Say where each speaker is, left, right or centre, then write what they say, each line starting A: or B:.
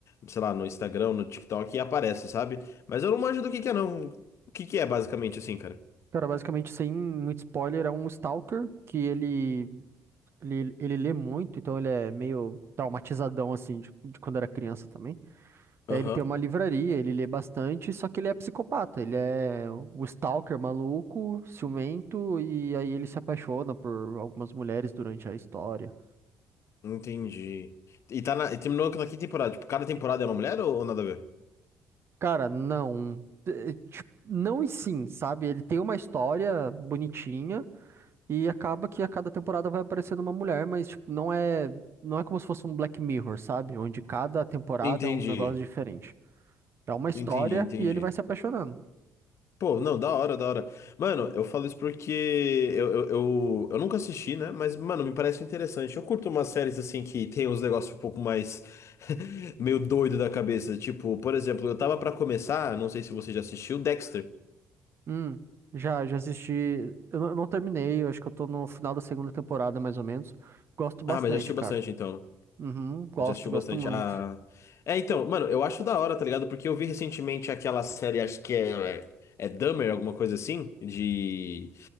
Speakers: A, on the left (about 45°); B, on the right (about 40°).
A: sei lá, no Instagram, no TikTok e aparece, sabe? Mas eu não manjo do que que é, não. O que que é, basicamente, assim, cara?
B: Cara, basicamente, sem muito spoiler, é um stalker que ele, ele, ele lê muito, então ele é meio traumatizadão, assim, de, de quando era criança também.
A: Aham.
B: É, ele tem uma livraria, ele lê bastante, só que ele é psicopata. Ele é um stalker maluco, ciumento, e aí ele se apaixona por algumas mulheres durante a história.
A: Entendi. E tá na, e terminou na que temporada? Tipo, cada temporada é uma mulher ou, ou nada a ver?
B: Cara, não. É, tipo, Não e sim, sabe? Ele tem uma história bonitinha e acaba que a cada temporada vai aparecendo uma mulher, mas tipo, não é, não é como se fosse um Black Mirror, sabe? Onde cada temporada
A: Entendi.
B: é um negócio diferente. É uma história
A: Entendi, entendi.
B: e ele vai se apaixonando.
A: Pô, não, da hora, da hora. Mano, eu falo isso porque eu, eu, eu, eu nunca assisti, né? Mas, mano, me parece interessante. Eu curto umas séries assim que tem uns negócios um pouco mais <laughs> meio doido da cabeça. Tipo, por exemplo, eu tava pra começar, não sei se você já assistiu, Dexter.
B: Hum, já, já assisti. Eu não, eu não terminei, eu acho que eu tô no final da segunda temporada, mais ou menos. Gosto bastante,
A: Ah, mas já assistiu
B: cara.
A: bastante então.
B: Uhum, gosto,
A: Já assistiu
B: gosto
A: bastante.
B: muito.
A: Ah. É, então, mano, eu acho da hora, tá ligado? Porque eu vi recentemente aquela série, acho que é, é Dahmer, alguma coisa assim, de.